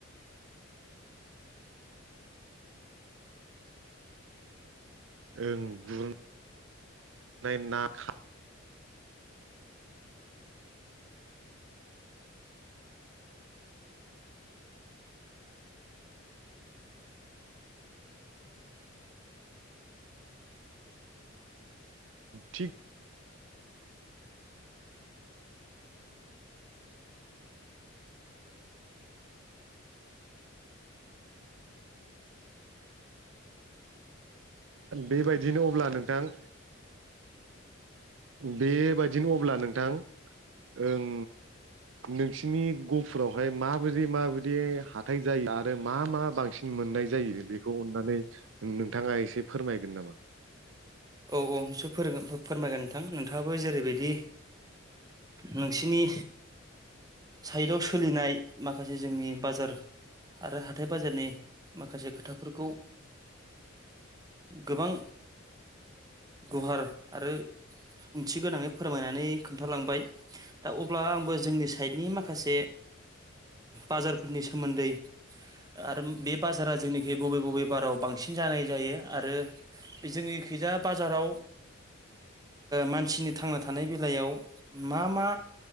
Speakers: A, on the right (about 65°); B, on the right (about 20°).
A: ओं गुरनाय ना खा थिग बेबायदिनो अब्ला नोंथां बेबादिनो अब्ला नोंथां ओं नोंसिनि गुफुरावहाय माबायदि माबायदि हाथाय जायो आरो मा मा बांसिन मोननाय जायो बेखौ अननानै नोंथाङा एसे फोरमायगोन नामा
B: औ औ <unintelligible> फोरों फोरमायगोन नोंथां नोंथाङाबो जेरैबायदि नोंसिनि साइडाव सोलिनाय माखासे जोंनि बाजार आरो हाथाय बाजारनि माखासे खोथाफोरखौ गोबां गुवार आरो ओंथि गोनाङै फोरमायनानै खोन्थालांबाय दा अब्ला आंबो जोंनि साइडनि माखासे बाजारफोरनि सोमोन्दै आरो बे बाजारा जोंनिखि बबे बबे बाराव बांसिन जानाय जायो आरो बे जोंनि खैजा बाजाराव मानसिनि थांना थानाय बेलायाव मा मा